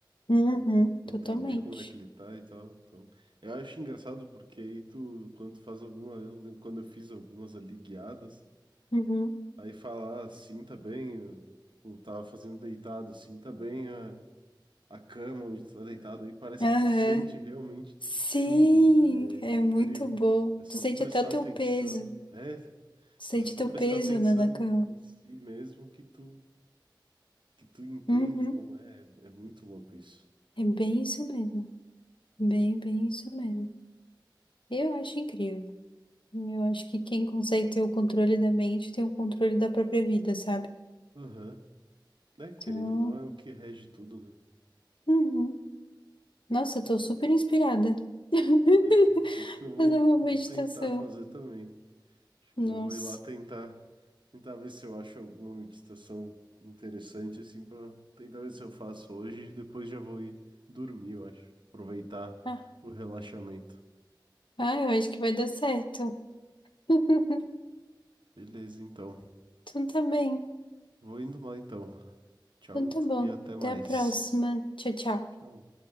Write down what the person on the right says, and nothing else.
Entender
como é que ele tá e tal. Então, eu acho engraçado porque aí tu, quando tu faz alguma, eu lembro quando eu fiz algumas ali guiadas,
Aí falar, sinta bem, eu, tipo, tava fazendo deitado, sinta bem a, a cama onde tu tá deitado, aí parece
que tu sente realmente
tudo, cara, é,
é incrível.
É só
tu prestar
atenção,
é, é
só tu
prestar
atenção
em,
em si mesmo que tu, que tu entende
como é, é muito louco isso.
Aham, né, querendo
ou não é o que rege tudo, né?
Hum.
Né, acho que eu vou,
vou tentar fazer também. Acho que
eu vou ir lá tentar, tentar ver se eu acho alguma meditação interessante, assim, para tentar ver se eu faço hoje e depois já vou ir dormir, eu acho. Aproveitar
o relaxamento.
Beleza, então.
Vou indo lá, então. Tchau
e até mais.
Tchau.